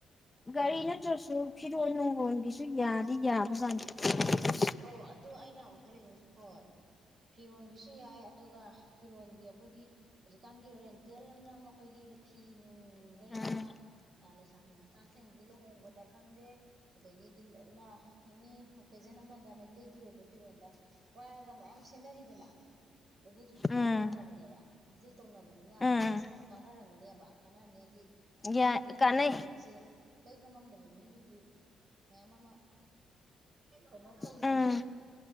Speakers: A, on the left; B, on the right.
A: ꯒꯥꯔꯤ
B: ꯑꯥ
A: ꯅꯠꯇ꯭ꯔꯁꯨ ꯐꯤꯔꯣꯟꯜ ꯅꯨꯡꯔꫭꯟꯒꯤꯁꯨ ꯌꯥꯗꯤ ꯌꯥꯕꯖꯥ <unintelligible>
B: ꯑꯣ ꯑꯗꫭ ꯑꯩꯅ ꯑꯃꯨꯛ ꯈꯜꯂꯤꯅꯤꯅ ꯍꯣꯏ ꯐꯤꯔꯣꯟꯒꯤꯁꯨ ꯌꯥꯏ ꯑꯗꯨꯒ ꯐꯤꯔꯣꯟꯒꯤ ꯑꯈꯣꯏꯒꯤ ꯍꯧꯖꯤꯛꯀꯥꯟꯒꯤ ꯔꯦꯟꯇꯦꯜꯑꯅ ꯑꯈꯣꯏꯒꯤ ꯐꯤ ꯅꯨꯡ ꯂꯩꯔꯒ
A: ꯎꯝ
B: ꯂꯩꯁꯥꯕꯤ ꯃꯆꯥꯁꯤꯡꯖꯤ ꯂꯨꯍꯣꯡꯕꯗ ꯈꯪꯗꯦ ꯑꯗꯒꯤꯗꯤ ꯃꯥ ꯑꯦꯅꯤ ꯑꯣꯀꯦꯖꯟ ꯑꯃ ꯗꯤꯃꯩꯇꯩꯒꯤ ꯑꯣꯏꯕ ꯐꯤꯔꯣꯟꯗ ꯋꯥꯏꯔꯒ ꯃꯌꯥꯝ ꯁꯦꯠꯅꯔꯤꯗꯅ ꯑꯗꯨꯗꯨꯁꯨ <unintelligible> ꯌꯥꯝ
A: ꯎꯝ
B: ꯇꯧꯅꯕꯅꯦꯕ ꯑꯗꯨ ꯇꯧꯅꯕꯅꯤꯅ
A: ꯎꯝ
B: ꯑꯗꯨꯁꯨ ꯑꯗꯨꯝ ꯀꯥꯟꯅꯔꯝꯒꯅꯦꯕ ꯀꯥꯟꯅꯔꯅꯤ ꯍꯥꯏꯗꯤ
A: ꯌꯥꯏ
B: ꯔꯦꯟ
A: ꯀꯥꯟꯅꯩ
B: ꯇꯧꯔꯕꯁꯦ ꯂꯩꯕ ꯉꯝꯗꯕ ꯃꯤꯒꯤꯗꯤ ꯃꯌꯥꯝ ꯑꯃ ꯀ ꯇꯧꯋꯗꯅ
A: ꯎꯝ